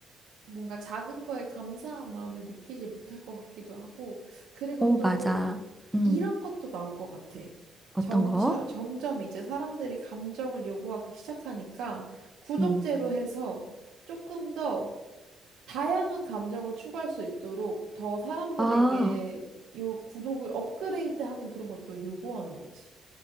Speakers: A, on the right; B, in the centre.
A: 뭔가 작은 거에 감사한 마음을 느끼지 못할 것 같기도 하고, 그리고
B: 오,
A: 또
B: 맞아. 음,
A: 이런 것도 나올 것 같아.
B: 어떤
A: 점차,
B: 거?
A: 점점 이제 사람들이 감정을 요구하기 시작하니까 구독제로
B: 음.
A: 해서 조금 더 다양한 감정을 추구할 수 있도록 더 사람들에게
B: 아,
A: 요 구독을 업그레이드하는 그런 걸 또 요구하는 거지.